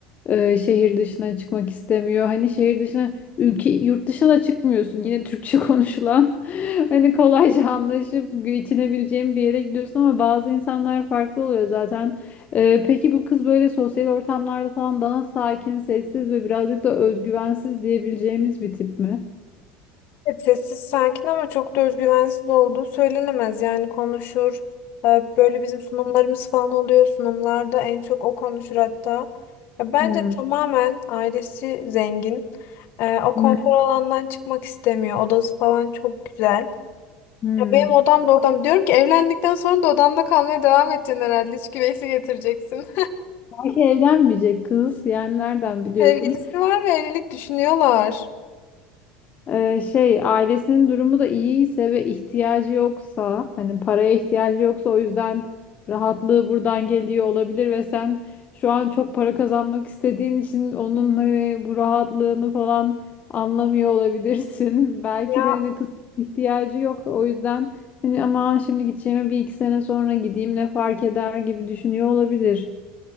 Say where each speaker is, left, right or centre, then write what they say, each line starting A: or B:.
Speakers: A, on the left; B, on the left.
A: e, şehir dışına çıkmak istemiyor. Hani şehir dışına ülke yurt dışına da çıkmıyorsun. Yine Türkçe konuşulan <laughs> hani kolayca anlaşıp geçinebileceğin bir yere gidiyorsun ama bazı insanlar farklı oluyor zaten. E, peki bu kız böyle sosyal ortamlarda falan daha sakin, sessiz ve birazcık da özgüvensiz diyebileceğimiz bir tip mi?
B: Evet, Sessiz sakin ama çok da özgüvensiz olduğu söylenemez. Yani konuşur. Ee, Böyle bizim sunumlarımız falan oluyor. Sunumlarda en çok o konuşur hatta. Ya Bence
A: Hmm.
B: tamamen ailesi zengin. Ee, O
A: Hmm.
B: konfor alandan çıkmak istemiyor. Odası falan çok güzel.
A: Hmm.
B: Ya benim odam da odam. Diyorum ki evlendikten sonra da odanda kalmaya devam edeceksin herhalde. Hiç güveysi getireceksin.
A: Belki evlenmeyecek kız. Yani nereden
B: <laughs>
A: biliyorsun?
B: Sevgilisi var ve evlilik düşünüyorlar.
A: Ee, şey ailesinin durumu da iyiyse ve ihtiyacı yoksa hani paraya ihtiyacı yoksa o yüzden rahatlığı buradan geliyor olabilir ve sen şu an çok para kazanmak istediğin için onun hani bu rahatlığını falan anlamıyor olabilirsin. <laughs> Belki
B: Ya
A: de hani kız ihtiyacı yok o yüzden hani aman şimdi gideceğime bir iki sene sonra gideyim ne fark eder gibi düşünüyor olabilir.